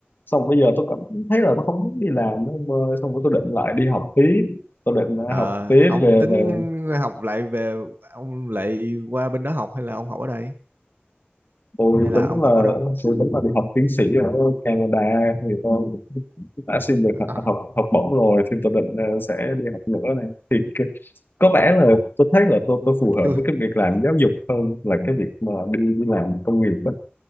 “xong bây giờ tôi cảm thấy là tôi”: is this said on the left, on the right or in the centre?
Left